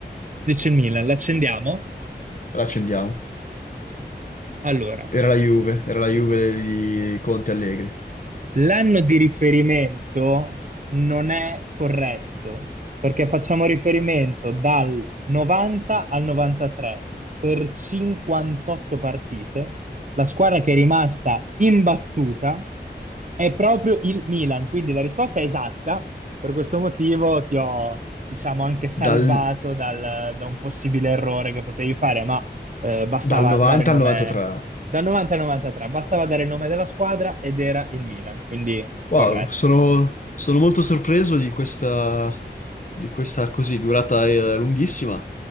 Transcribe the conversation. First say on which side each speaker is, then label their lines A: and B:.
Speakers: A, on the right; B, on the left.
A: Dice il Milan, l'accendiamo?
B: La accendiamo.
A: Allora,
B: Era la Juve, era la Juve di Conte Allegri.
A: L'anno di riferimento non è corretto perché facciamo riferimento dal 90 al 93 per 58 partite. La squadra che è rimasta imbattuta è proprio il Milan, quindi la risposta è esatta. Per questo motivo ti ho, diciamo, anche salvato
B: Dal,
A: dal- da un possibile errore che potevi fare, ma eh, bastava
B: dal 90
A: dare nome
B: al 93.
A: dal 90 al 93 bastava dare il nome della squadra ed era il Milan, quindi corretto.
B: Wow, sono, sono molto sorpreso di questa, di questa così durata eh, lunghissima,